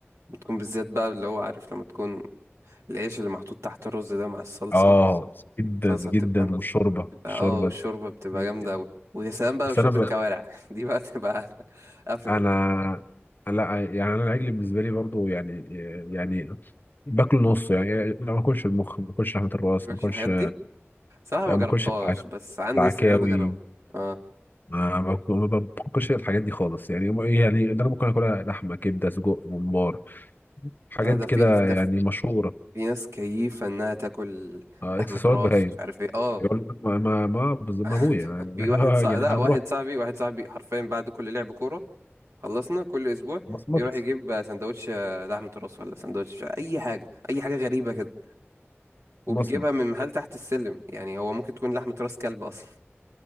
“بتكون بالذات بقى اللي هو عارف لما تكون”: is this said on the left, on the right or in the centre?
Right